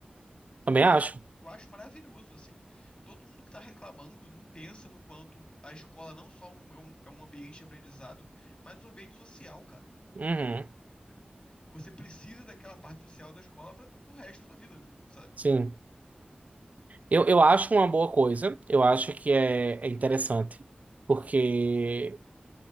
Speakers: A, on the right (about 50°); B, on the left (about 35°).
A: Também
B: Eu acho,
A: acho.
B: eu acho maravilhoso, assim. Todo mundo que está reclamando não pensa no quanto a escola não só é um, é um- é um ambiente de aprendizado, mas um ambiente social, cara.
A: Uhum.
B: Entendeu? Você precisa daquela parte social da escola para tudo o resto da sua vida, sabe?
A: Sim. Eu, eu acho uma boa coisa. Eu acho que é, é interessante. Porque,